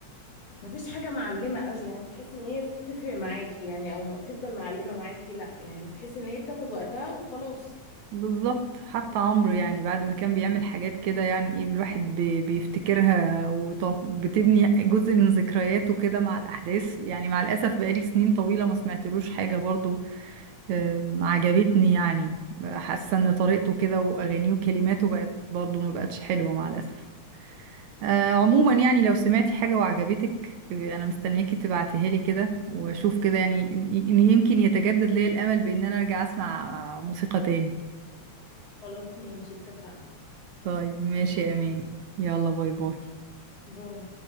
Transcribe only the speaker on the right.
بالظبط حتى عمرو يعني بعد ما كان بيعمل حاجات كده يعني ايه الواحد بي- بيفتكرها وبتبني جزء من ذكرياته كده مع الأحداث يعني مع الأسف بقالي سنين طويلة ما سمعتلوش حاجة برضو آم، عجبتني يعني حاسة ان طريقته كده وأغانيه وكلماته بقت برضو ما بقتش حلوة مع الأسف آه، عموما يعني لو سمعتي حاجة وعجبتك أنا مستنياكي تبعتيها لي كده وأشوف كده يعني إن إن يمكن يتجدد لي الأمل بإن أنا أرجع أسمع موسيقى تاني
طيب ماشي يا أماني يلا باي باي